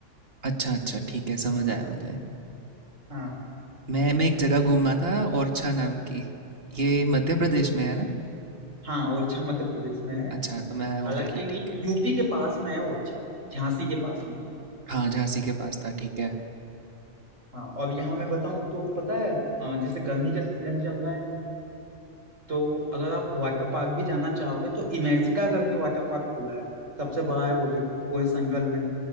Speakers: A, on the right; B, on the right.
A: अच्छा अच्छा ठीक है समझ आया मुझे
B: हाँ
A: मैं मैं एक जगह घूमा था ओरछा नाम की ये मध्य प्रदेश में है ना
B: हाँ ओरछा मध्य प्रदेश में है
A: अच्छा तो मैं आया हूँ
B: हालांकि
A: पहले ठीक
B: ये
A: है
B: यूपी के पास में है ओरछा झांसी के पास में
A: हाँ झांसी के पास था ठीक है
B: हाँ और यहाँ मैं बताऊँ तो पता है अ, जैसे गर्मी का सीजन चल रहा है तो अगर आप वाटर पार्क भी जाना चाहोगे तो इमेजिका करके वाटर पार्क खुला है सबसे बड़ा है वो भी पूरे संकल में